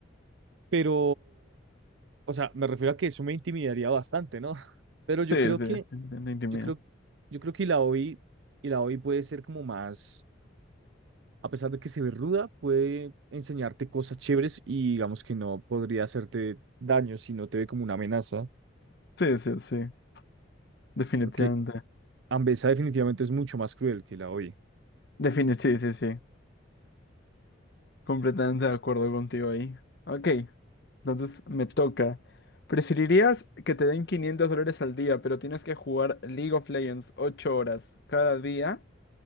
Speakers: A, on the right (about 65°); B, on the left (about 55°).
A: Pero, o sea, me refiero a que eso me intimidaría bastante, ¿no? <laughs> Pero yo
B: Sí,
A: creo
B: sí,
A: que,
B: definitivamente intimidad.
A: yo creo, yo creo que la OI, y la OI puede ser como más, a pesar de que se ve ruda, puede enseñarte cosas chéveres y digamos que no podría hacerte daño si no te ve como una amenaza,
B: Sí, sí, sí, definitivamente.
A: porque Ambesa definitivamente es mucho más cruel que la OI.
B: Define, sí, sí, sí. Completamente de acuerdo contigo ahí. Ok, entonces me toca. ¿Preferirías que te den 500 dólares al día, pero tienes que jugar League of Legends 8 horas cada día?